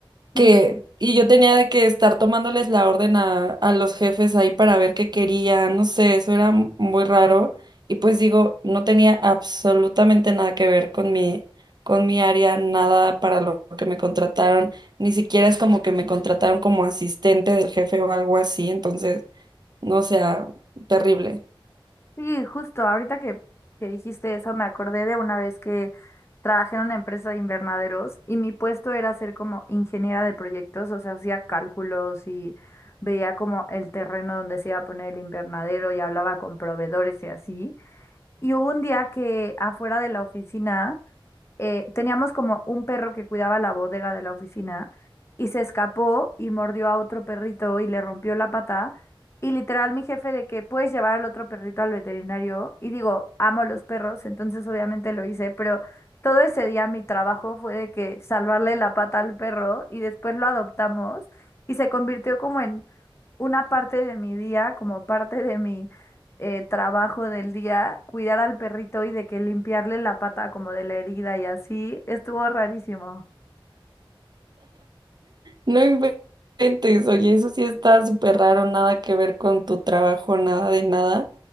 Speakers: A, on the left; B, on the right.
A: Sí,
B: que, y yo tenía de que estar tomándoles la orden a, a los jefes ahí para ver qué querían, no sé, eso era m- muy raro. Y pues digo, no tenía absolutamente nada que ver con mi, con mi área, nada para lo que me contrataron, ni siquiera es como que me contrataron como asistente del jefe o algo así, entonces, no o sea, terrible.
A: <laughs> sí, justo, ahorita que, que dijiste eso me acordé de una vez que trabajé en una empresa de invernaderos y mi puesto era ser como ingeniera de proyectos, o sea, hacía cálculos y veía como el terreno donde se iba a poner el invernadero y hablaba con proveedores y así. Y hubo un día que afuera de la oficina eh, teníamos como un perro que cuidaba la bodega de la oficina y se escapó y mordió a otro perrito y le rompió la pata. Y literal mi jefe de que puedes llevar al otro perrito al veterinario. Y digo, amo los perros, entonces obviamente lo hice, pero todo ese día mi trabajo fue de que salvarle la pata al perro y después lo adoptamos y se convirtió como en una parte de mi día, como parte de mí eh, trabajo del día, cuidar al perrito y de que limpiarle la pata como de la herida y así, estuvo rarísimo.
B: No inventes, oye, eso sí está súper raro, nada que ver con tu trabajo, nada de nada.